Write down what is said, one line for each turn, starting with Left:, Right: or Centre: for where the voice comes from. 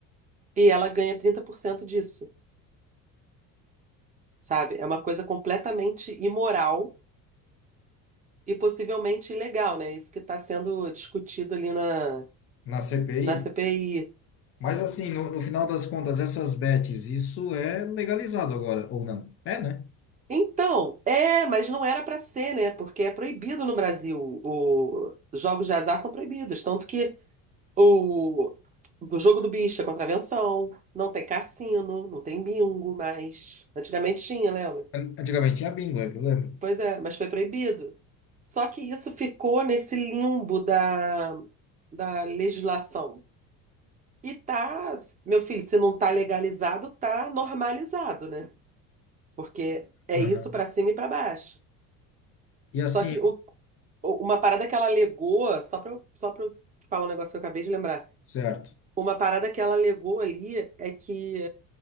Right: e ela ganha 30% disso, sabe? É uma coisa completamente imoral e possivelmente ilegal, né? Isso que está sendo discutido ali na,
Left: Na CPI?
Right: na CPI.
Left: Mas assim, no, no final das contas, essas bets, isso é legalizado agora, ou não? É, né?
Right: Então, é, mas não era pra ser, né? Porque é proibido no Brasil. O- Os jogos de azar são proibidos. Tanto que o, o jogo do bicho é contravenção, não tem cassino, não tem bingo mais. Antigamente tinha, lembra?
Left: An- Antigamente tinha bingo, é que eu lembro.
Right: Pois é, mas foi proibido. Só que isso ficou nesse limbo da, da legislação. E tá, meu filho, se não tá legalizado, tá normalizado, né? Porque é
Left: Aham.
Right: isso pra cima e pra baixo.
Left: E assim,
Right: Só que o Uma parada que ela alegou, só pra eu, só pra eu falar um negócio que eu acabei de lembrar.
Left: certo.
Right: Uma parada que ela alegou ali é que